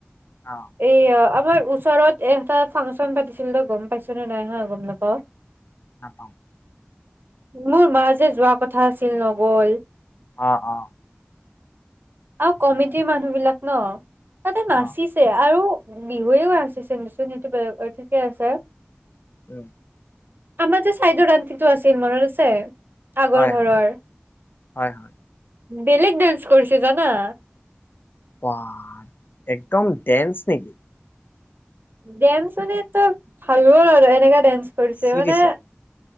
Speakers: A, on the left; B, on the right.
A: অ
B: এয়া আমাৰ ওচৰত এটা ফাংচন পাতিছিল তই গম পাইছ নে নাই হা গম নাপাও
A: নাপাম
B: মোৰ মা যে যোৱা কথা আছিল নগ'ল।
A: অ-' অ'
B: আৰু কমিটিৰ মানুহ বিলাক ন। তাতে নাচিছে
A: অ
B: আৰু বিহুৱেও আছেচোন সেইটো ঠিকে আছে।
A: উম।
B: আমৰ যে চাইদৰ আন্টিটো আছে। মনত আছে। আগৰ
A: হয়-
B: ঘৰৰ
A: হয়
B: বেলেগ ডান্স কৰিছে জানা,
A: ৱা একদম ডেন্স নেকি!
B: ডেন্স মানে তো ভালো আৰু এনেকা ডেন্স। কৰিছে
A: নাচি
B: মানে
A: দিছে